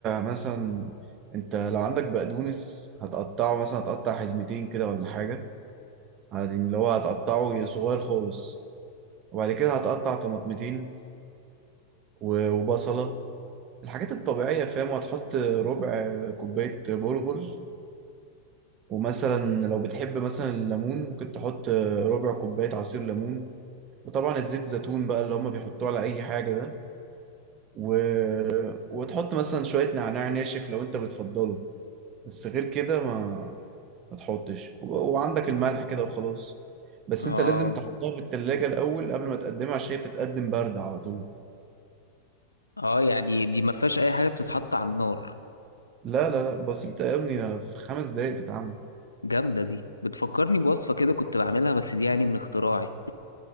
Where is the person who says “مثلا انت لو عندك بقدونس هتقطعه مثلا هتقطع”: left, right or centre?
Right